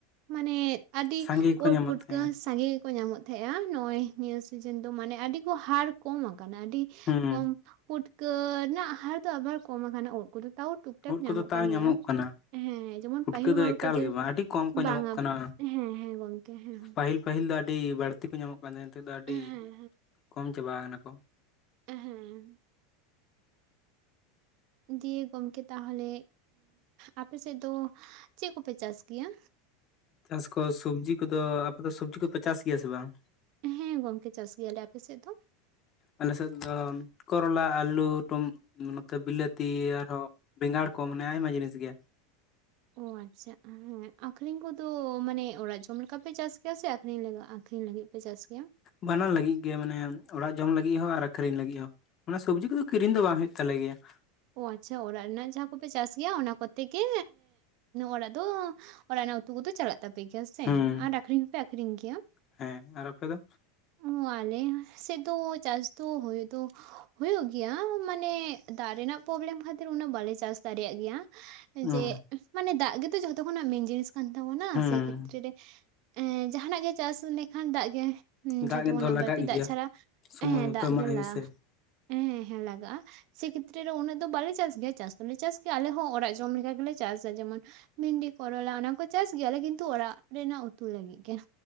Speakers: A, on the right; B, on the left.
A: ᱢᱟᱱᱮ ᱟᱹᱰᱤ
B: ᱥᱟᱸᱜᱮ ᱜᱮᱠᱚ
A: ᱳᱫ
B: ᱧᱟᱢᱚᱜ
A: ᱯᱩᱴᱠᱟᱹ
B: ᱛᱟᱦᱮᱸᱜᱼᱟ
A: ᱥᱟᱸᱜᱮ ᱠᱚ ᱧᱟᱢᱚᱜ ᱛᱟᱦᱮᱸᱜ-ᱟ ᱱᱚᱜ-ᱚᱭ ᱱᱤᱭᱟᱹ ᱥᱤᱡᱮᱱ ᱫᱚ ᱢᱟᱱᱮ ᱟᱹᱰᱤ ᱠᱚ ᱦᱟᱨ ᱠᱚᱢ ᱟᱠᱟᱱᱟ ᱾ ᱟᱹᱰᱤ
B: ᱦᱮᱸ
A: ᱠᱚᱢ ᱯᱩᱴᱠᱟᱹ ᱨᱮᱱᱟᱜ ᱦᱟᱨ ᱫᱚ ᱟᱵᱟᱨ ᱠᱚᱢ ᱟᱠᱟᱱᱟ, ᱳᱫ ᱠᱚᱫᱚ ᱛᱟᱣ ᱴᱩᱠ ᱴᱟᱠ
B: ᱩᱫ
A: ᱧᱟᱢᱚᱜ
B: ᱠᱚᱫᱚ ᱛᱟᱣ
A: ᱠᱟᱱ ᱜᱮᱭᱟ
B: ᱠᱟᱱᱟ
A: ᱾ ᱦᱮᱸ ᱡᱮᱢᱚᱱ
B: ᱯᱩᱴᱠᱟᱹ
A: ᱯᱟᱹᱦᱤᱞ
B: ᱫᱚ
A: ᱦᱚᱲ
B: ᱮᱠᱟᱞ
A: ᱠᱚᱫᱚ
B: ᱜᱮ ᱵᱟᱝ ᱟᱹᱰᱤ ᱠᱚᱢ ᱠᱚ
A: ᱵᱟᱝᱼᱟ
B: ᱧᱟᱢᱚᱜ ᱠᱟᱱᱟ
A: ᱦᱮᱸ ᱦᱮᱸ ᱜᱚᱝᱠᱮ ᱦᱮᱸ ᱾
B: ᱯᱟᱹᱦᱤᱞ ᱯᱟᱹᱦᱤᱞ ᱫᱚ ᱟᱹᱰᱤ ᱵᱟᱹᱲᱛᱤ ᱠᱚ ᱧᱟᱢᱚᱜ ᱠᱟᱱ ᱛᱟᱦᱮᱸᱱᱟ ᱱᱤᱛᱚᱜ ᱫᱚ ᱟᱹᱰᱤ
A: ᱦᱮᱸ
B: ᱠᱚᱢ ᱪᱟᱵᱟ ᱠᱟᱱᱟ ᱠᱚ ᱾
A: ᱮᱸ ᱦᱮᱸ ᱫᱤᱭᱮ ᱜᱚᱢᱠᱮ ᱛᱟᱦᱚᱞᱮ ᱟᱯᱮ ᱥᱮᱫ ᱫᱚ ᱪᱮᱫ ᱠᱚᱯᱮ ᱪᱟᱥ ᱜᱮᱭᱟ?
B: ᱪᱟᱥ ᱠᱚ ᱥᱚᱵᱽᱡᱤ ᱠᱚᱫᱚ ᱟᱯᱮ ᱫᱚ ᱥᱚᱵᱽᱡᱤ ᱠᱚᱯᱮ ᱪᱟᱥ ᱜᱮᱭᱟ ᱥᱮ ᱵᱟᱝ?
A: ᱦᱮᱸ ᱜᱚᱝᱠᱮ ᱪᱟᱥ ᱜᱮᱭᱟᱞᱮ ᱾ ᱟᱯᱮ ᱥᱮᱫ ᱫᱚ?
B: ᱟᱞᱮ ᱥᱮᱫ ᱫᱚ ᱠᱚᱨᱚᱞᱟ, ᱟᱹᱞᱩ, ᱱᱚᱛᱮ ᱵᱤᱞᱟᱹᱛᱤ ᱟᱨᱦᱚᱸ ᱵᱮᱸᱜᱟᱲ ᱠᱚ ᱢᱟᱱᱮ ᱟᱭᱢᱟ ᱡᱤᱱᱤᱥ ᱜᱮ ᱾
A: ᱚ ᱟᱪᱪᱷᱟ ᱦᱮᱸ ᱟᱠᱷᱨᱤᱧ ᱠᱚᱫᱚ ᱢᱟᱱᱮ ᱚᱲᱟᱜ ᱡᱚᱢ ᱞᱮᱠᱟ ᱯᱮ ᱪᱟᱥ ᱜᱮᱭᱟ ᱥᱮ ᱟᱠᱷᱨᱤᱧ ᱟᱠᱷᱨᱤᱧ ᱞᱟᱹᱜᱤᱫ ᱯᱮ ᱪᱟᱥ ᱜᱮᱭᱟ?
B: ᱵᱟᱱᱟᱨ ᱞᱟᱹᱜᱤᱫ ᱜᱮ ᱢᱟᱱᱮ ᱚᱲᱟᱜ ᱡᱚᱢ ᱞᱟᱹᱜᱤᱫ ᱦᱚᱸ ᱟᱨ ᱟᱠᱷᱨᱤᱧ ᱞᱟᱹᱜᱤᱫ ᱦᱚᱸ ᱾ ᱚᱱᱟ ᱥᱚᱵᱡᱤ ᱠᱚᱫᱚ ᱠᱤᱨᱤᱧ ᱫᱚ ᱵᱟᱝ ᱦᱩᱭᱩᱜ ᱛᱟᱞᱮ ᱜᱮᱭᱟ ᱾
A: ᱚ ᱟᱪᱪᱷᱟ ᱚᱲᱟᱜ ᱨᱮᱱᱟᱜ ᱡᱟᱦᱟᱸ ᱠᱚᱯᱮ ᱪᱟᱥ ᱜᱮᱭᱟ ᱚᱱᱟ ᱠᱚᱛᱮ ᱜᱮ ᱚᱲᱟᱜ ᱫᱚ ᱚᱲᱟᱜ ᱨᱮᱱᱟᱜ ᱩᱛᱩ ᱠᱚᱫᱚ ᱪᱟᱞᱟᱜ ᱛᱟᱯᱮ ᱜᱮᱭᱟ ᱥᱮ
B: ᱦᱩᱸ
A: ᱟᱨ ᱟᱠᱷᱨᱤᱧ ᱦᱚᱸᱯᱮ ᱟᱠᱷᱨᱤᱧ ᱜᱮᱭᱟ
B: ᱦᱮᱸ ᱟᱨ ᱟᱯᱮ ᱫᱚ
A: ᱚ ᱟᱞᱮ ᱥᱮᱫ ᱫᱚ ᱪᱟᱥ ᱫᱚ ᱦᱳᱭ ᱫᱚ ᱦᱳᱭᱳᱜ ᱜᱮᱭᱟ ᱢᱟᱱᱮ ᱫᱟᱜ ᱨᱮᱱᱟᱜ ᱯᱨᱚᱵᱽᱞᱮᱢ ᱠᱷᱟᱹᱛᱤᱨ ᱩᱱᱟᱹᱜ ᱵᱟᱞᱮ ᱪᱟᱥ ᱫᱟᱲᱮᱭᱟᱜ ᱜᱮᱭᱟ ᱡᱮ
B: ᱚ
A: ᱢᱟᱱᱮ ᱫᱟᱜ ᱜᱮᱛᱚ ᱡᱷᱚᱛᱚ ᱠᱷᱚᱱᱟᱜ ᱢᱮᱱ ᱡᱤᱱᱤᱥ ᱠᱟᱱ ᱛᱟᱵᱚᱱᱟ
B: ᱦᱩᱸ
A: ᱥᱮ ᱠᱷᱮᱛᱨᱮ ᱨᱮ ᱮ ᱡᱟᱦᱟᱱᱟᱜ ᱜᱮ ᱪᱟᱥ ᱞᱮᱠᱷᱟᱱ ᱫᱟᱜ ᱜᱮ ᱦᱩᱸ
B: ᱫᱟᱜ
A: ᱡᱷᱚᱛᱚ ᱠᱷᱚᱱᱟᱜ
B: ᱫᱚ ᱞᱟᱜᱟᱜ
A: ᱵᱟᱹᱲᱛᱤ ᱫᱟᱜ
B: ᱜᱮᱭᱟ
A: ᱪᱷᱟᱲᱟ
B: ᱥᱚᱢᱚᱭ
A: ᱦᱮᱸ
B: ᱢᱚᱛᱚ
A: ᱫᱟᱜ
B: ᱮᱢᱟᱜ
A: ᱜᱮ
B: ᱦᱩᱭᱩᱜ
A: ᱞᱟ
B: ᱥᱮ
A: ᱦᱮᱸ ᱦᱮᱸ ᱞᱟᱜᱟᱼᱟ ᱥᱮ ᱠᱷᱮᱛᱨᱮ ᱨᱮ ᱩᱱᱟᱹᱜ ᱫᱚ ᱵᱟᱞᱮ ᱪᱟᱥ ᱜᱮᱭᱟ ᱪᱟᱥ ᱫᱚᱞᱮ ᱪᱟᱥ ᱜᱮᱭᱟ ᱟᱞᱮ ᱦᱚᱸ ᱚᱲᱟᱜ ᱡᱚᱢ ᱞᱮᱠᱟ ᱜᱮᱞᱮ ᱪᱟᱥᱟ ᱡᱮᱢᱚᱱ ᱵᱷᱤᱱᱰᱤ ᱠᱚᱨᱚᱞᱟ ᱚᱱᱟ ᱠᱚ ᱪᱟᱥ ᱜᱮᱭᱟᱞᱮ ᱠᱤᱱᱛᱩ ᱚᱲᱟᱜ ᱨᱮᱱᱟᱜ ᱩᱛᱩ ᱞᱟᱹᱜᱤᱫ ᱜᱮ